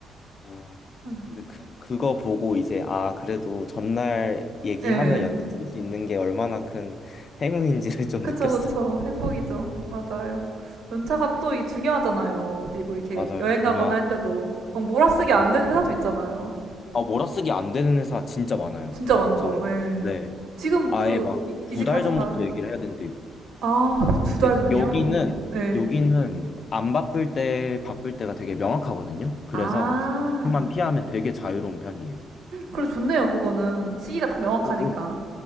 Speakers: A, on the left; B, on the right.
A: 어,
B: <laughs>
A: 근데 그 그거 보고 이제 아 그래도 전날 얘기하면
B: 예.
A: 연습 쓸 수 있는 게 얼마나 큰 행운인지를 <laughs> 좀
B: 그쵸,
A: 느꼈어요.
B: 그쵸. 행복이죠. 맞아요. 연차가 또 이 중요하잖아요. 어디 뭐 이렇게
A: 맞아요,
B: 여행
A: 중요하죠.
B: 가거나 할 때도 막 몰아쓰기 안
A: 맞아.
B: 되는 회사도 있잖아요.
A: 아 몰아쓰기 안 되는 회사 진짜 많아요.
B: 진짜
A: 약간
B: 많죠. 예.
A: 네,
B: 지금
A: 아예
B: 그
A: 막
B: 이- 이직한
A: 두 달 전부터
B: 회사는
A: 얘기를 해야 되는데
B: 아, 두 달
A: 데
B: 전이요?
A: 여기는
B: 네.
A: 여기는 안 바쁠 때 바쁠 때가 되게 명확하거든요. 그래서
B: 아,
A: 그만 피하면 되게 자유로운 편이에요.
B: 그래 좋네요, 그거는. 시기가 딱 명확하니까.
A: 어, 어,